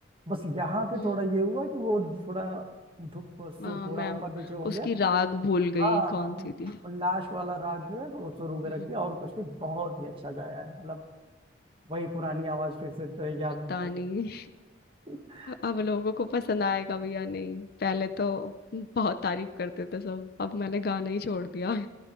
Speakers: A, on the right; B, on the left.
A: बस यहाँ पे
B: हम्म
A: थोड़ा ये हुआ कि वो थोड़ा धुप सुर
B: आ,
A: थोड़ा
B: मैं
A: ऊपर नीचे हो
B: उसकी
A: गया
B: राग भूल
A: हाँ
B: गई कौन
A: हम
B: सी थी
A: लास्ट वाला राग जो है वो शुरू में
B: हम्म,
A: रख दिया और कुछ नहीं बहुत ही अच्छा गाया है मतलब वही पुरानी आवाज फिर से तो याद
B: पता नहीं
A: <laughs>
B: अब लोगों को पसंद आएगा भी या नहीं पहले तो बहुत तारीफ करते थे सब अब मैंने गाना ही छोड़ दिया